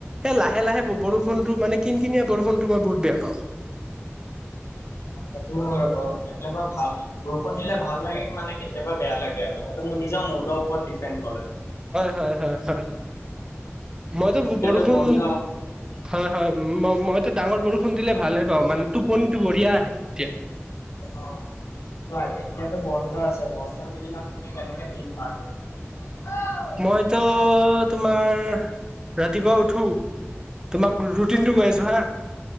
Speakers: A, on the right (about 15°); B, on the left (about 85°).
A: এ লাহে লাহে বৰষুণটো মানে কিন কিনিয়া বৰষুণটো মই বহুত বেয়া পাওঁ।
B: অ সেইটো হয় বাৰু। কেতিয়াবা ভাল-ভাল বৰষুণ দিলে ভাল লাগে কি মানে কেতিয়াবা বেয়া লাগে আৰু সেইটো নিজৰ ওপৰত ডিপেণ্ড কৰে।
A: হয় হয় হয় হয়, মইতো
B: এতিয়াতো
A: বৰষুণ
B: বন্ধ
A: হয় হয়, ম মইতো ডাঙৰ বৰষুণ দিলে ভালে পাওঁ মানে টোপনিটো বঢ়িয়া আহে তেতিয়া।
B: অঁ। হয়, এতিয়াটো বন্ধ আছে বন্ধ কেইদিনত তুমি কেনেকে দিন পাৰ কৰিম।
A: মইতো তোমাৰ ৰাতিপুৱা উঠো, তোমাক ৰুটিনতো কৈ আছো হাঁ।